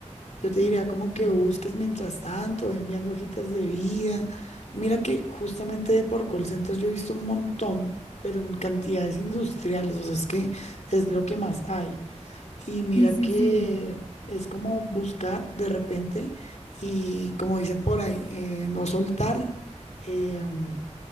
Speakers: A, on the left; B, on the left.
A: Yo te diría
B: Mm,
A: como que
B: mm.
A: busques mientras tanto, ve enviando hojitas de vida. Mira que justamente de por call centers yo he visto un montón, pero en cantidades industriales, o sea, es que es lo que más hay. Y mira
B: Sí, sí,
A: que
B: sí.
A: es como buscar de repente y como dicen por ahí, eh, no soltar. em,